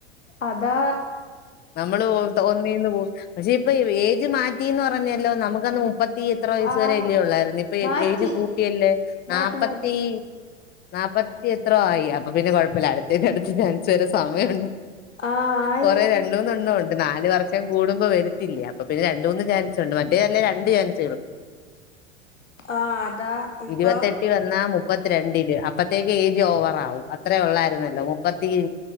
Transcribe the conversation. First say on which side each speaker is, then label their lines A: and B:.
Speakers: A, on the left; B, on the left.
A: അതാ
B: നമ്മള് തോ ഒന്നീന്ന് പോ പക്ഷെ ഇപ്പൊ ഏജ് മാറ്റിന്ന് പറഞ്ഞല്ലോ നമുക്കന്ന് ത്തി എത്ര വയസ്
A: ആഹ്
B: വരെ അല്ലേ ഉള്ളായിരുന്നു ഇപ്പൊ
A: മാറ്റി
B: ഏജ് കൂട്ടിയല്ലേ നാപ്പത്തി
A: മാറ്റി മാറ്റി
B: നാൽപ്പത്തി എത്രോ ആയി അപ്പൊ പിന്നെ കുഴപ്പമില്ല അടുത്തന്റെ അടുത്ത് ചാൻസ് വരെ സമയമുണ്ട്
A: ആഹ് ആയി
B: കൊറെ രണ്ടൂന്ന് എണ്ണ ഉണ്ട് നാല് വർഷം കൂടുമ്പോ വരത്തില്ലേ അപ്പൊ പിന്നെ രണ്ട മൂന്ന് ചാൻസ് ഉണ്ട് മറ്റേ നല്ല രണ്ട് ചാൻസ്
A: ആഹ് അതാ ഇപ്പം
B: ഇരുപത്തെട്ട് വന്ന ആ മുപ്പത്തിരണ്ടില് അപ്പത്തേക്ക് ഏജ് ഓവറ ആകും അത്രയ ഉള്ളായിരുന്നല്ലോ മുപ്പത്തി